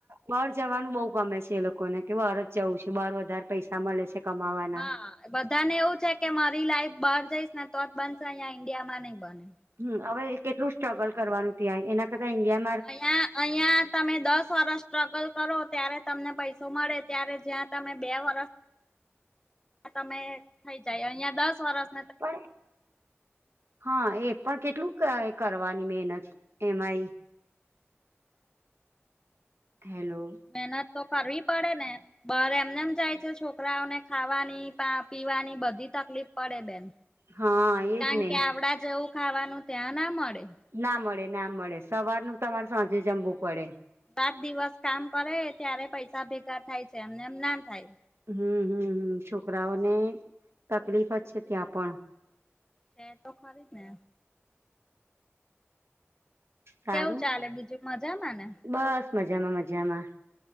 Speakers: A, on the right; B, on the left.
A: બહાર જવાનું બઉુ ગમે છે એ લોકોને કે બર જ જવું છે બહાર વધારે પૈસા મળે છે. કમાવાના
B: હા બધાને એવું છે કે મારી લાઈફ બહાર જઈશ ને તો જ બનશે અહં ઈન્ડિયા માં નઈ બને.
A: હમ હવે કેટલું સ્ટ્રગલ કરવાનું ત્યાં એના કરતાં ઇન્ડિયા
B: અહીંયા અહીંયા તમે દસ વર્ષ સ્ટ્રગલ કરો ત્યારે તમને પૈસો મળે ત્યારે જ્યાં તમે બે વર્ષ આ તમે થઇ જાય અહિયાં દસ વર્ષ
A: પણ હા એ પણ કેટલું કર કરવાની મહેનત એમાંય. હેલો
B: મહેનત તો કરવી પડે ને. બર એમને એમ જાય છે છોકરાઓને ખાવાની પીવાની બધી તકલીફ પડે બેન.
A: હા એજ
B: કારણ
A: ને
B: કે આવડા જેવું ખાવાનું ત્યાં ના મળે.
A: ના મળે ના મળે સવારનું તમારે સાંજે જમવું પડે.
B: સાત દિવસ કામ કરે ત્યારે પૈસા ભેગા થાય છે એમને એમ ના થાય.
A: હમ હમ હમ છોકરાઓને તકલીફ જ છે ત્યાં પણ.
B: છે તો ખરી જ ને
A: સારું
B: કેવું ચાલે બીજું મજામાં ને
A: બસ મજામાં મજામાં